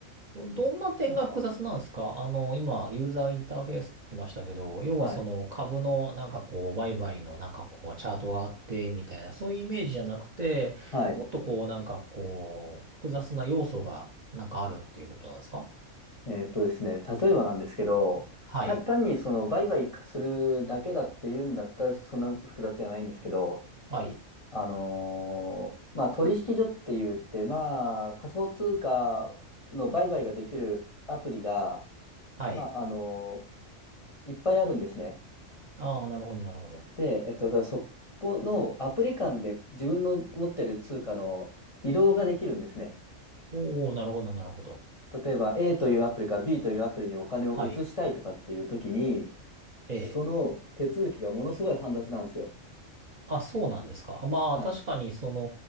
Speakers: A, on the right (about 40°); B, on the left (about 35°).
A: どんな点が複雑なんですかあの、
B: うん
A: 今、ユーザーインターフェースって言いましたけど、要はその株のなんかこう、
B: はい。
A: 売買のなんかこう、チャートがあって、みたいな、そういうイメージじゃなくて、
B: はい。
A: もっとこう、なんかこう、複雑な要素がなんかあるっていうことなんですか
B: えーっとですね、例えばなんですけど、
A: はい。
B: た単にその売買するだけだっていうんだったらそんな複雑じゃないんですけど、
A: はい。
B: あのーまあ、取引所って言って、まあ、仮想通貨の売買ができるアプリが、
A: はい。
B: まあ、あのーいっぱいあるんですね。
A: ああ、なるほど、なるほど。
B: で、えっと、だからそこのアプリ間で自分の持ってる通貨の移動ができるんですね。
A: おお、なるほど、なるほど。
B: 例えば A というアプリから B というアプリにお金を移したいとかっていう時に、
A: はい。ええ
B: その手続きがものすごい煩雑なんですよ。
A: あ、そうなんですか。あまあ、
B: はい。
A: 確かに、その、